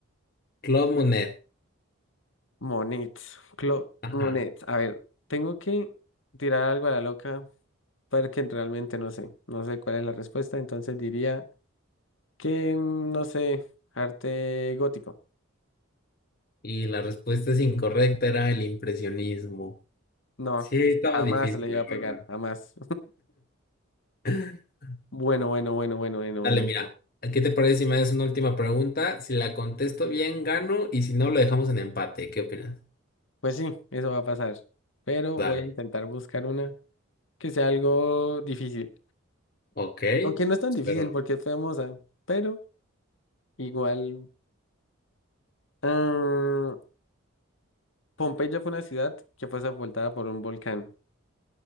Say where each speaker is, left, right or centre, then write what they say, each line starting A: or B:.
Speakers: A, on the left; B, on the left.
A: Claude Monet,
B: Monet, Claude
A: ajá.
B: Monet. A ver, tengo que tirar algo a la loca porque realmente no sé, no sé cuál es la respuesta, entonces diría que, mm, no sé, arte gótico.
A: Y la respuesta es incorrecta, era el impresionismo.
B: No,
A: Sí, estaba
B: es- jamás
A: difícil,
B: le
A: la
B: iba a pegar,
A: verdad.
B: jamás.
A: <laughs>
B: Bueno, bueno, bueno, bueno, bueno,
A: Dale,
B: bueno,
A: mira,
B: bueno.
A: ¿a ¿qué te parece si me haces una última pregunta? Si la contesto bien, gano, y si no, lo dejamos en empate. ¿Qué opinas?
B: Pues sí, eso va a pasar. Pero
A: Dale.
B: voy a intentar buscar una que sea algo difícil.
A: Ok,
B: Aunque no es tan
A: espero.
B: difícil porque es famosa, pero igual. ah, Pompeya fue una ciudad que fue sepultada por un volcán.